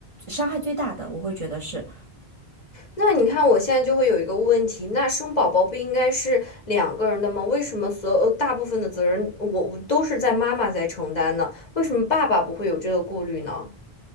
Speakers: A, on the right; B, on the left.
A: 伤害最大的，我会觉得是。
B: 那你看，我现在就会有一个问题：那生宝宝不应该是两个人的吗？为什么所有大部分的责任我我都是在妈妈在承担呢？为什么爸爸不会有这个顾虑呢？